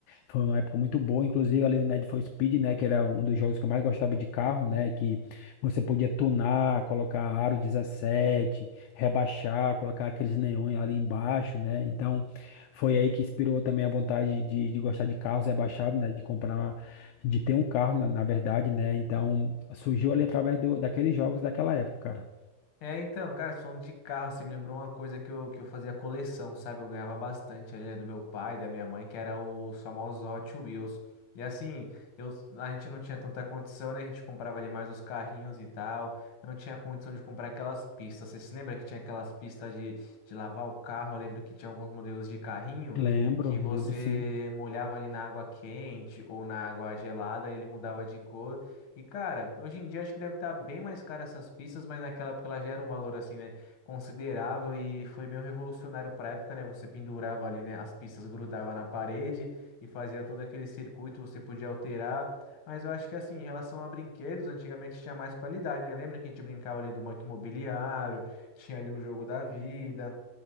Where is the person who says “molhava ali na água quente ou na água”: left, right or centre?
Left